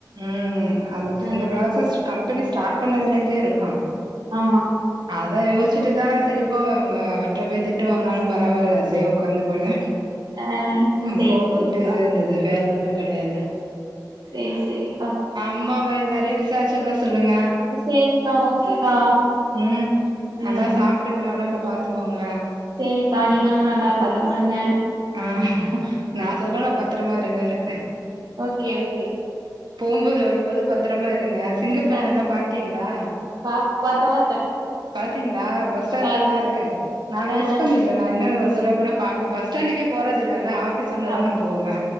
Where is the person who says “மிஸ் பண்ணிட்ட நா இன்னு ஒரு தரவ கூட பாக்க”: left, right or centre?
Right